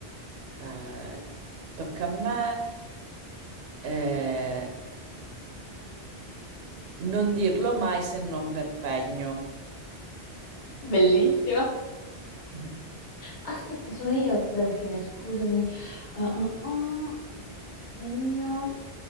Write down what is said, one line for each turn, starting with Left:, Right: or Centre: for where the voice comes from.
Right: Eh, tocca a me eh, non dirlo mai se non per pegno.
Left: Bellissimo.
Right: <laughs>
Left: Aspetta, sono io che devo finire, scusami. Ah, ah, ah. Pegno,